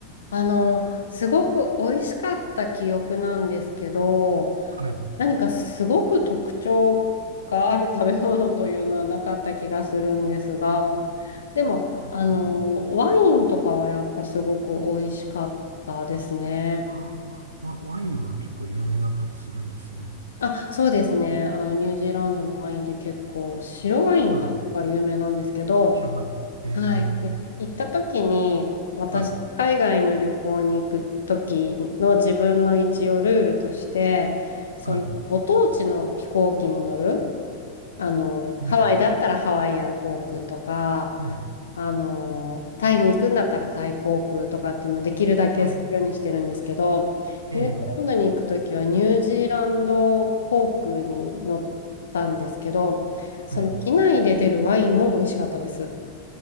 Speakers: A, on the left; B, on the right.
A: あの、すごく美味しかった記憶なんですけど、
B: い。
A: 何かすごく特徴がある食べ物というのはなかった気がするんですが、
B: あ
A: でも、
B: あ、あ、
A: あの、
B: そうですね。
A: ワインとかはやっぱすごく美味しかったですね。
B: ああ、ワ、ワインは結構有名だったりするんですね。
A: あ、そうですね。あの、ニュージーランドのワインで結構、
B: うん
A: 白ワインかなが有名なんですけど、
B: はい。白ワイン。え
A: はい。で、
B: え、
A: 行った時に、私、
B: はい、
A: 海外の旅行に行く時の自分の一応ルールとして、その、
B: はい、
A: ご当地の飛行機に乗る、あの、ハワイだったらハワイアン航空とか、
B: はい、
A: あの、タイに行くんだったらタイ航空とかっていうのをできるだけするようにしてるんですけど、
B: はい、ええ、
A: ニュージーランドに行く時はニュージーランド航空に乗ったんですけど、その機内で出るワインも美味しかったです。
B: はい。